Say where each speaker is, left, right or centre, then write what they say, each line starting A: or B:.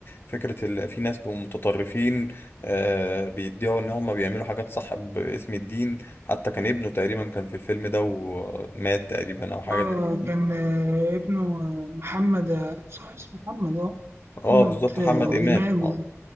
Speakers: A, on the left; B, on the right.
A: فكره ال... في ناس بيبقوا متطرفين آه بيدعوا ان هم بيعملوا حاجات صح باسم الدين حتى كان ابنه تقريبا كان في الفيلم ده ومات تقريبا او حاجه
B: اه
A: زي كده
B: كان آه، ابنه آه، محمد آه، صح اسمه محمد اه
A: اه
B: محمد
A: بالظبط
B: آه،
A: محمد امام
B: إمام
A: اه